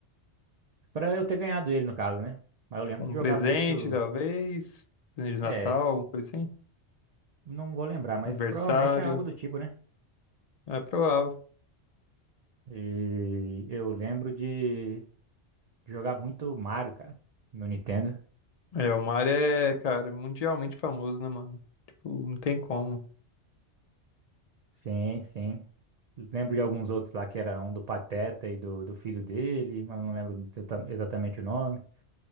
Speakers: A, on the right; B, on the left.
A: para eu ter ganhado ele, no caso, né? Mas eu lembro
B: Tipo, um
A: de jogar
B: presente,
A: muito.
B: talvez. Presente de
A: É,
B: Natal, alguma coisa assim.
A: não vou lembrar, mas
B: Aniversário.
A: provavelmente é algo do tipo, né?
B: É provável.
A: E eu lembro de, de jogar muito Mario, cara, no Nintendo.
B: É, o Mario é, cara, mundialmente famoso, né, mano? Tipo, não tem como.
A: Sim, sim. Lembro de alguns outros lá que era um do Pateta e do, do filho dele, mas não lembro exata- exatamente o nome.